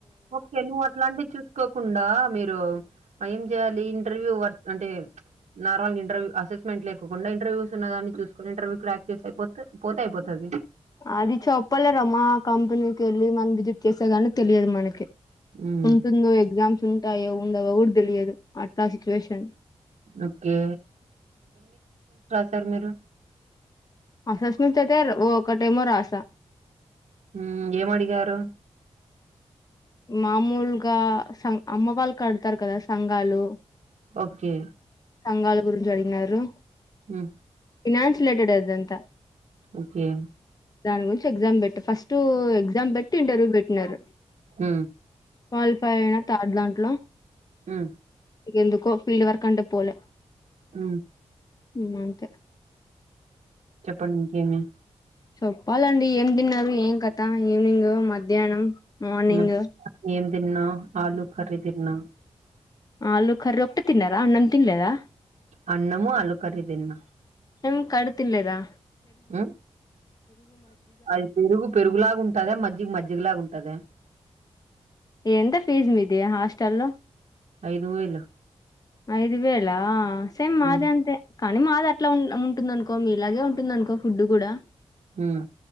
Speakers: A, on the right; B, on the left.
A: ఓకే నువ్వు అట్లాంటివి చూసుకోకుండా మీరు ఏం చేయాలి, ఇంటర్వ్యూ వర్క్ అంటే ప్చ్ నార్మల్ గా ఇంటర్వ్యూ అసెస్మెంట్ లేకుండా ఇంటర్వ్యూస్ ఉన్న దాన్ని చూసుకొని ఇంటర్వ్యూ క్రాక్ చేసి పోతే అయిపోతాది.
B: అది చెప్పలేరమ్మా కంపెనీకి వెళ్ళి మనం విజిట్ చేసేదాని తెలియదు మనకి
A: మ్మ్
B: ఉంటుంది ఎగజామ్స్ ఉంటాయో ఉండవు కూడా తెలియదు అట్లా సిచ్యువేషన్
A: ఓక్కే తరు మీరు
B: అసెస్మెంట్స్ చయితే ఓకటేమో రాసా
A: హు ఏమడిగారు
B: మామూలుగా సం అమ్మ వాళ్ళు కడతారు కదా సంఘాలు
A: ఓకే
B: సంఘాల గురించి అడినారు
A: హు
B: ఫినాన్స్ రిలేటెడ్ అదంతా
A: ఓకే
B: దాని గురించి ఎగ్జామ్ పెట్ట ఫస్ట్ ఎగ్జామ్ పెట్టి ఇంటర్వ్యూ పెట్టినారు
A: హ
B: క్వాలిఫై అయినా థర్డ్ దాంట్లో
A: ఆ
B: ఎందుకో ఫీల్డ్ వర్క్ అంటే పోలే
A: అ
B: ఉమ్ అంతే
A: చెప్పండి ఇంకేమి
B: చెప్పాలండి ఏం తిన్నారు ఏం కథ ఈవినింగ్ మధ్యాహ్నం మార్నింగ్
A: హ్మ్. ఏం తిన్నా ఆలూఖర్రీదిన్నా
B: ఆళ్లు ఖర్రీ ఒక్కటే తిన్నారా అన్నం తినలేదా
A: అన్నము ఆలుకర్రీ తిన్నా
B: నిం కడుతినలేదా
A: అ అది పెరుగు పెరుగులాగా ఉంటద మజ్జిగ మజ్జిగ లాగా ఉంటద
B: ఎంత ఫీజు మీది హాస్టల్లో
A: ఐదువేలో
B: ఐదు వేలా సేమ్ మాది
A: ఉమ్,
B: అంతే కాని మాదట్ల ఉన్ ఉంటుందనుకో మీలాగే ఉంటుందనుకో ఫుడ్డు కూడా
A: హ్మ్మ్